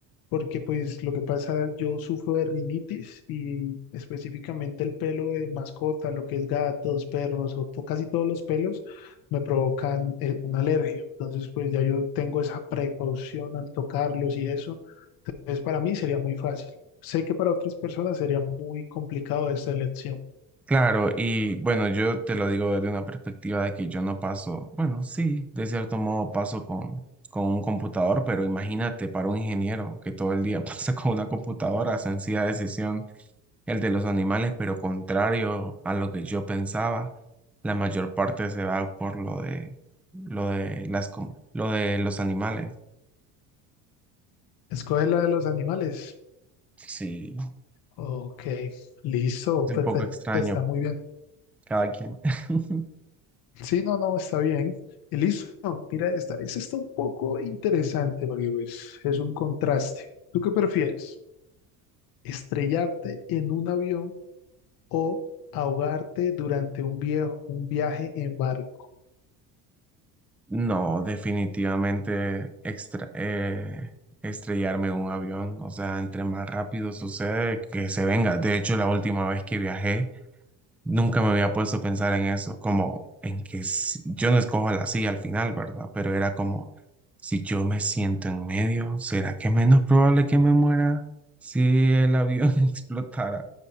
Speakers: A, on the left (about 70°); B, in the centre.
A: porque pues lo que pasa, yo sufro de rinitis y específicamente el pelo de mascota, lo que es gatos, perros o to- casi todos los pelos me provocan eh, una alergia. Entonces pues ya yo tengo esa precaución al tocarlos y eso. Entonces para mí sería muy fácil. Sé que para otras personas sería muy complicado esta elección.
B: Claro, y bueno, yo te lo digo desde una perspectiva de que yo no paso, bueno, sí, de cierto modo paso con, con un computador, pero imagínate para un ingeniero que todo el día <laughs> pasa con una computadora, sencilla decisión el de los animales, pero contrario a lo que yo pensaba, la mayor parte se va por lo de lo de las com- lo de los animales.
A: Escoge la de los animales.
B: Sí,
A: Ok, listo,
B: es
A: perfecto,
B: un poco extraño
A: está muy bien.
B: cada quien. <laughs>
A: Sí, no, no, está bien. Y Listo, mira esta. Esta está un poco interesante porque pues, es un contraste. ¿Tú qué prefieres? ¿Estrellarte en un avión o ahogarte durante un viejo, un viaje en barco?
B: No, definitivamente extra- eh, estrellarme en un avión, o sea, entre más rápido sucede que se venga. De hecho, la última vez que viajé Nunca me había puesto a pensar en eso, como en que s- yo no escojo la silla al final, ¿verdad? Pero era como, si yo me siento en medio, ¿será que es menos probable que me muera si el avión <laughs> explotara?